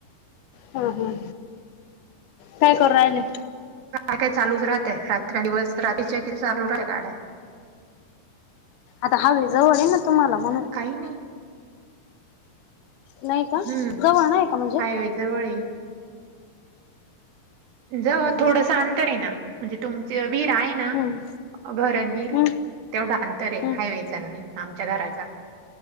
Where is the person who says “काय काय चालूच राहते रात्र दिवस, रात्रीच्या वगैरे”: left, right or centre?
Right